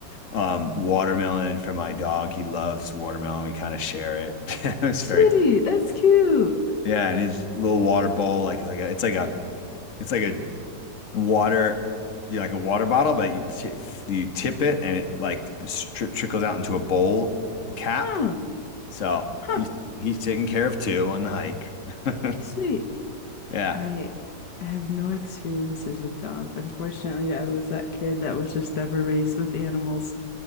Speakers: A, on the left; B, on the left.
A: um, watermelon for my dog. He loves watermelon. We kind of share it. <laughs> It's
B: sweet.
A: very
B: That's cute.
A: yeah, and his little water bowl like it's like a it's like a it's like a water you know, like a water bottle, but you ti you tip it and it like stri trickles out into a bowl cap.
B: Huh.
A: So
B: Huh.
A: he's he's taken care of too on the hike. <laughs>
B: Sweet.
A: Yeah,
B: I I have no experiences with dog. Unfortunately, I was that kid that was just never raised with animals.